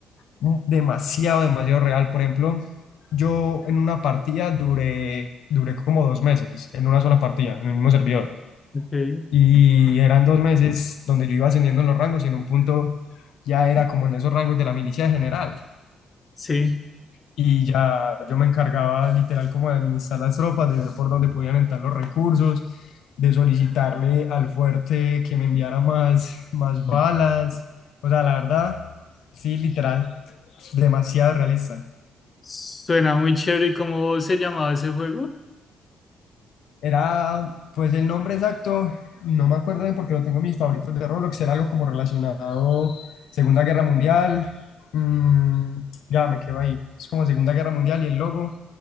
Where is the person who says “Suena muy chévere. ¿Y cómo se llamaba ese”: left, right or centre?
Left